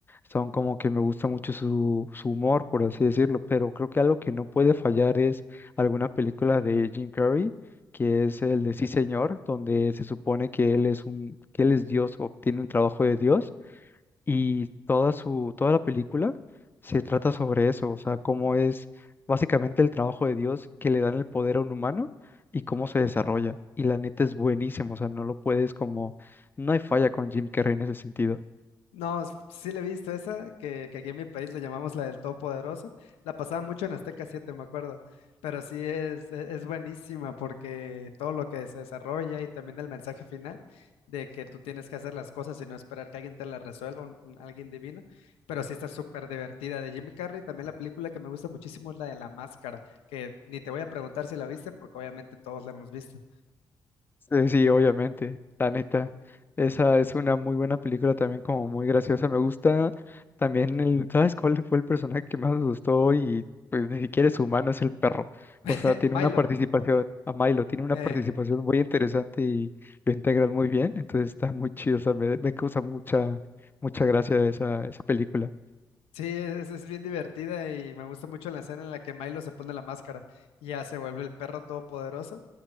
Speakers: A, on the left; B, on the left.
A: son como que me gusta mucho su, su humor, por así decirlo. Pero creo que algo que no puede fallar es alguna película de Jim Carrey, que es el de Sí Señor, donde se supone que él es un, que él es Dios o tiene un trabajo de Dios y toda su, toda la película se trata sobre eso, o sea, cómo es básicamente el trabajo de Dios que le dan el poder a un humano y cómo se desarrolla. Y la neta es buenísimo, o sea, no lo puedes como, no hay falla con Jim Carrey en ese sentido.
B: No, s- sí le he visto esa, que, que aquí en mi país le llamamos la del Todopoderoso. La pasaba mucho en Azteca siete, me acuerdo. Pero sí es, e- es buenísima porque todo lo que se desarrolla y también el mensaje final de que tú tienes que hacer las cosas y no esperar que alguien te las resuelva, un- un alguien divino. Pero sí está súper divertida de Jim Carrey. También la película que me gusta muchísimo es la de La Máscara, que ni te voy a preguntar si la viste porque obviamente todos la hemos visto.
A: Sí, sí, obviamente, la neta. Esa es una muy buena película también, como muy graciosa. Me gusta también el, ¿sabes cuál fue el personaje que más me gustó? Y pues ni siquiera es humano, es el perro.
B: <laughs>
A: O sea, tiene
B: Milo.
A: una participación, a Milo, tiene una
B: eh,
A: participación muy interesante y lo integran muy bien. Entonces está muy chido, o sea, me, me causa mucha, mucha gracia esa, esa película.
B: Sí, es, es bien divertida y me gusta mucho la escena en la que Milo se pone la máscara y ya se vuelve el perro todopoderoso,